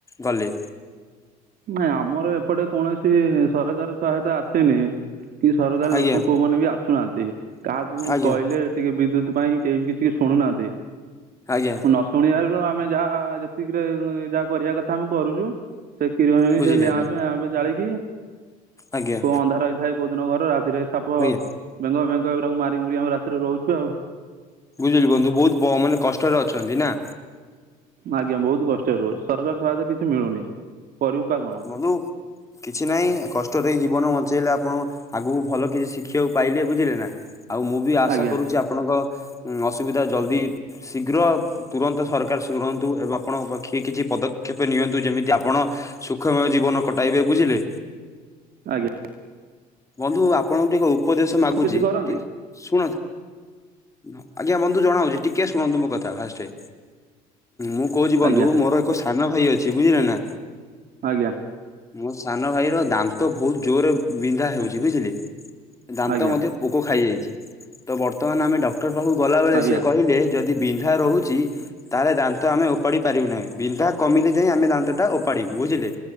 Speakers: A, on the left (about 15°); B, on the right (about 60°).
A: ଗଲେ।
B: ନାଇଁ ଆମର ଏପଟେ କୌଣସି ସରକାର ସହାୟତା ଆସେନି। କି ସରକାରୀ ଲୋକ
A: ଆଜ୍ଞା
B: କୋଉମାନେ ବି ଆସୁନାହାନ୍ତି। କାହାକୁ
A: ଆଜ୍ଞା
B: କହିଲେ ଟିକେ ବିଦ୍ୟୁତ ପାଇଁ କେହି ବି କିଛି ଶୁଣୁନାହାନ୍ତି।
A: ଆଜ୍ଞା।
B: ନ ଶୁଣିବାରୁ ଆମେ ଯାହା ଯେତିକିରେ ଯାହା କରିବା କଥା ଆମେ କରୁଚୁ। ସେ କ୍ଷୀର ହେଇ
A: ବୁଝିଲି
B: ସେ ଲ୍ୟାବ
A: ଆଜ୍ଞା
B: ପ୍ୟାବ ଜାଳିକି
A: ଆଜ୍ଞା
B: କୋଉ ଅନ୍ଧାର ହେଇଥାଏ କୋଉ ଦିନ ଘର ରାତିରେ ସାପ
A: ଆଜ୍ଞା
B: ବେଙ୍ଗ ବେଙ୍ଗ ଏଗୁଡାକୁ ମାରି ମୁରି ଆମେ ରାତିରେ ରହୁଚୁ ଆଉ।
A: ବୁଝିଲି ବନ୍ଧୁ ବହୁତ ବ ମାନେ କଷ୍ଟରେ ଅଛନ୍ତି। ନା?
B: ଆଜ୍ଞା ବହୁତ କଷ୍ଟ ରହୁଚୁ ସରକାର ସହାୟତା କିଛି ମିଳୁନି କରିବୁ ବା କଣ?
A: ବନ୍ଧୁ କିଛି ନାହିଁ କଷ୍ଟରେ ଜୀବନ ବଞ୍ଚେଇଲେ ଆପଣ ଆଗକୁ ଭଲ କିଛି ଶିଖିବାକୁ ପାଇଲେ ବୁଝିଲେ ନା। ଆଉ ମୁଁ ବି ଆଶା
B: ଆଜ୍ଞା
A: କରୁଛି ଆପ ଆପଣଙ୍କ ଅସୁବିଧା ଜଲ୍ଦି ଶୀଘ୍ର ତୁରନ୍ତ ସରକାର ଶୁଣନ୍ତୁ ଏବଂ ଆପଣଙ୍କ ପଖେ କିଛି ପଦକ୍ଷେପ ନିଅନ୍ତୁ ଯେମିତି ଆପଣ ସୁଖ ସୁଖମୟ ଜୀବନ କଟାଇବେ ବୁଝିଲେ?
B: ଆଜ୍ଞା
A: ବନ୍ଧୁ ଆପଣଙ୍କୁ ଟିକେ ଉପଦେଶ ମାଗୁଛି
B: କିଛି କରନ୍ତି
A: ଟି ଶୁଣନ୍ତୁ? ଉହଁ ଆଜ୍ଞା ବନ୍ଧୁ ଜଣାଉଛି ଟିକେ ଶୁଣନ୍ତୁ ମୋ କଥା ଫାଷ୍ଟେ ମୁଁ କହୁଛି
B: ଆଜ୍ଞା
A: ବନ୍ଧୁ ମୋର ଏକ ସାନ ଭାଇ ଅଛି ବୁଝିଲେ ନା
B: ଆଜ୍ଞା
A: ମୋ ସାନ ଭାଇ ର ଦାନ୍ତ ବହୁତ ଜୋରରେ ବିନ୍ଧା ହେଉଛି ବୁଝିଲେ ଦାନ୍ତ
B: ଆଜ୍ଞା
A: ମଧ୍ୟ ପୋକ ଖାଇଯାଇଛି ତ ବର୍ତ୍ତମାନ ଆମେ ଡକ୍ଟର ପାଖକୁ ଗଲାବେଳେ
B: ଆଜ୍ଞା।
A: ସେ କହିଲେ ଯଦି ବିନ୍ଧା ରହୁଛି ତାହେଲେ ଦାନ୍ତ ଆମେ ଉପାଡି ପାରିବୁ ନାହିଁ ବିନ୍ଧା କମିଲେ ଯାଇ ଆମେ ଦାନ୍ତ ଟା ଉପାଡିବୁ ବୁଝିଲେ।